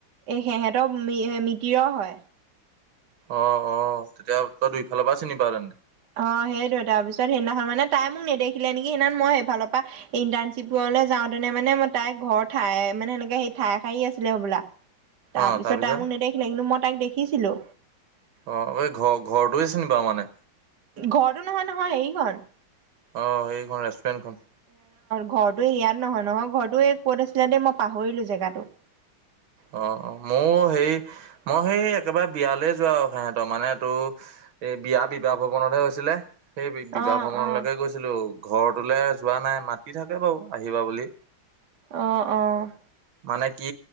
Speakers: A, on the right; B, on the right.
A: এই সেহঁতৰ মি-মিতিৰৰ হয়।
B: অ অ তেতিয়া তই দুইফালৰ পৰা চিনি পাৱ তেন্তে।
A: অ সেইটোয় তাৰ পিছত সেইদিনাখন মানে তাই মোক নেদেখিলে নেকি সেইদিনা মই সেইফালৰ পা। ইণ্টাৰ্ণশ্বিপলৈ যাওঁতেনে মানে ম তাই ঘৰ ঠায়ে মানে সেনেকে সেই ঠাই হাৰি আছিলে হ'বলা। তাৰ
B: অ',
A: পিছত
B: তাৰপিছত
A: তাই মোক নেদেখিলে কিন্তু মই তাইক দেখিছিলো।
B: অ এই ঘৰ ঘৰটোৱে চিনি পাৱ মানে।
A: ঘৰতো নহয় নহয় এইখন।
B: অ সেইখন ৰেষ্টুৰেণ্টখন।
A: ঘৰটো ইয়াত নহয় নহয় ঘৰটো ক'ত আছিলে দেই মই পাহৰিলো জেগাতটো।
B: অ মও সেই মই সেই একেবাৰে বিয়ালৈ যোৱা আৰু সহতৰ মানে টো। এই বিয়া বিবাহ ভ্ৰৱনতহে হৈছিলে সেই বি বিবাহ
A: অ'
B: ভ্ৰমনলৈকে
A: অ'
B: গৈছিল। ছিলো ঘৰটোলৈ যোৱা নাই মাতি থাকে বাৰু আহিবা বুলি।
A: অ অ।
B: মানে কি।